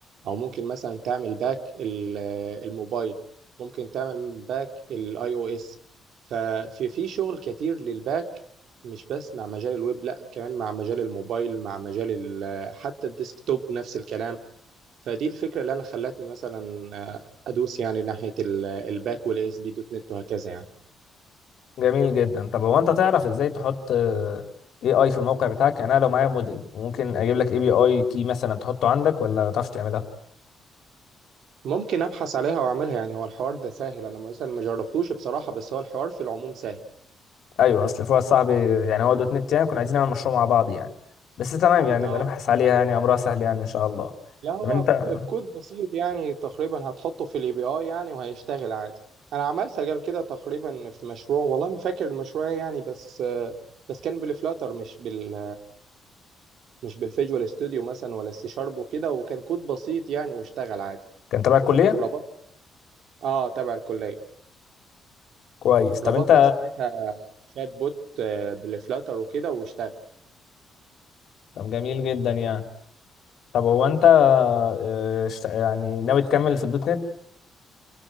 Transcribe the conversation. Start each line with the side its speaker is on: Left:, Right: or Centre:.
Right: او ممكن مثلا تعمل باك ال- آه، الموبايل ممكن تعمل باك الاي او اس ففي في شغل كتير للباك مش بس مع مجال الويب لا كمان مع مجال الموبايل مع مجال ال- آه، حتى الديسكتوب نفس الكلام فدي الفكرة اللي انا خلتني مثلا آه، ادوس يعني ناحية ال- آه، الباك والاي اس بي دوت نت وهكذا يعني
Left: جميل جدا طب هو انت تعرف ازاي تحط اي اي في الموقع بتاعك يعني انا لو معايا موديل وممكن اجيب لك اي بي اي كي مثلا تحطه عندك ولا تعرف تعملها
Right: ممكن ابحث عليها واعملها يعني هو الحوار ده سهل انا مثلا ما جربتوش بصراحة بس هو الحوار في العموم سهل
Left: ايوه اصل في واحد صاحبي يعني هو دوت نت يعني كنا عايزين نعمل مشروع مع بعض يعني بس تمام يعني
Right: اه
Left: نبقى نبحث عليها يعني امرها سهل يعني ان شاء الله
Right: لا هو
Left: طب انت
Right: بكود بسيط يعني تقريبا هتحطه في الاي بي اي يعني وهيشتغل عادي انا عملت قبل كده تقريبا في مشروع والله ما فاكر المشروع إيه يعني بس بس كان بالفلاتر مش بال مش بالفيجوال ستوديو مثلا ولا السي شارب وكده وكان كود بسيط يعني واشتغل عادي
Left: كان تبع الكليه
Right: ربط اه تبع الكلية
Left: كويس طب
Right: ربطنا
Left: انت
Right: ساعتها شات بوت آه، بالفلاتر وكده واشتغل
Left: طب جميل جدا يعني طب هو انت آه، اشت- يعني ناوي تكمل في الدوت نت